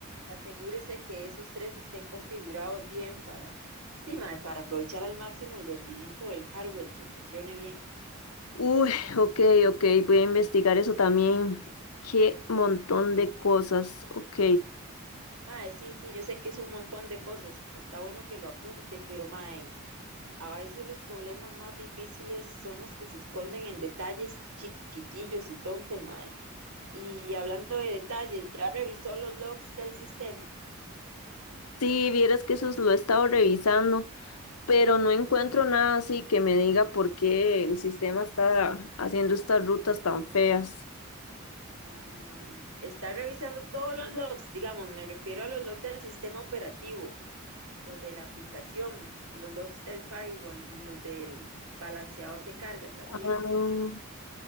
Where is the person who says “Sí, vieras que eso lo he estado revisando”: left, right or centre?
Left